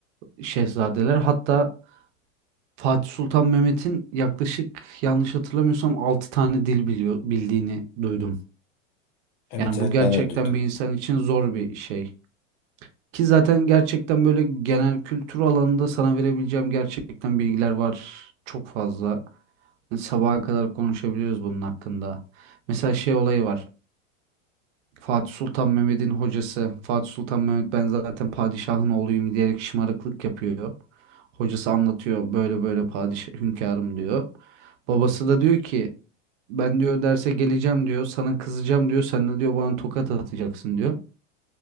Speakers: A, on the right; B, on the left.
A: şehzadeler. Hatta Fatih Sultan Mehmet'in yaklaşık yanlış hatırlamıyorsam 6 tane dil biliyor bildiğini duydum.
B: Evet
A: Yani
B: evet
A: bu gerçekten
B: ben de duydum.
A: bir insan için zor bir şey. Ki zaten gerçekten böyle genel kültür alanında sana verebileceğim gerçekten bilgiler var çok fazla. Sabaha kadar konuşabiliriz bunun hakkında. Mesela şey olayı var. Fatih Sultan Mehmet'in hocası Fatih Sultan Mehmet ben zaten padişahın oğluyum diyerek şımarıklık yapıyor. Hocası anlatıyor böyle böyle padişah hünkârım diyor. Babası da diyor ki ben diyor derse geleceğim diyor sana kızacağım diyor sen de diyor bana tokat atacaksın diyor.